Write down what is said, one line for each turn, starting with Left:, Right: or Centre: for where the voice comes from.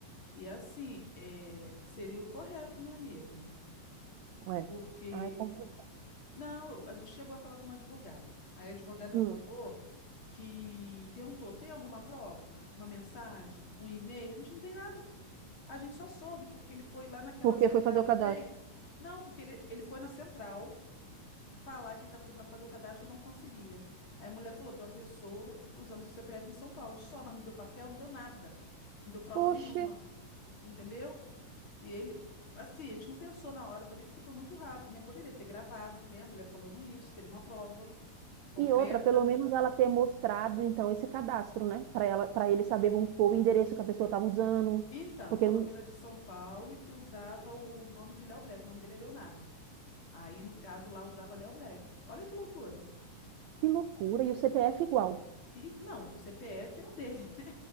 Left: E assim, é, seria o correto, né, amiga?
Right: É.
Left: Porque.
Right: Ai, compro-
Left: Não, a gente chegou a falar com uma advogada. Aí a advogada
Right: Hum.
Left: falou que perguntou: tem alguma prova? Uma mensagem? Um e-mail? A gente não tem nada. A gente só soube porque ele foi lá naquela
Right: porque
Left: central
Right: foi fazer o
Left: que
Right: cadastro.
Left: tem. Não, porque ele, ele foi na central falar que ele estava tentando fazer o cadastro e não conseguia. Aí a mulher falou: tem uma pessoa usando seu CPF em São Paulo só, mas não deu papel, não deu nada. Não deu prova
Right: Poxa,
Left: nenhuma. Entendeu? E ele, assim, a gente não pensou na hora também, porque foi muito rápido, né? Poderia ter gravado, né? A mulher falando isso, seria uma prova concreta.
Right: e outra, pelo menos ela ter mostrado então esse cadastro, né? Para ela, para ele saber, vamos supor, o endereço que a pessoa estava usando.
Left: Então,
Right: Porque
Left: falou
Right: não-
Left: que era de São Paulo e que usava o o nome de Léo Black. O nome dele é Leonardo. Aí, no caso, lá usava Léo Black. Olha que loucura.
Right: que loucura, e o CPF igual.
Left: E não, o CPF é o dele, <laughs> né?